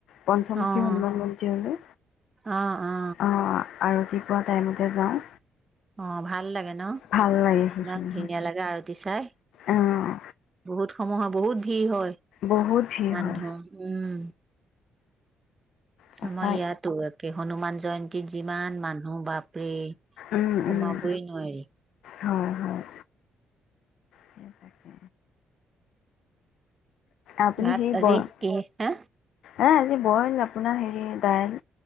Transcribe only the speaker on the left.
পঞ্চমুখী
হনুমান মন্দিৰলৈ
অহ্ আৰু ৰাতিপুৱা টাইমতে যাওঁ।
ভাল লাগে সেইখিনি
হয়
অঁ
বহুত ভিৰ
হয়
তাৰপৰা
উম,
উম।
হয় হয় স তাকে আপুনি
হেৰি
বইল
এ আজি বইল আপোনাৰ হেৰি দাইল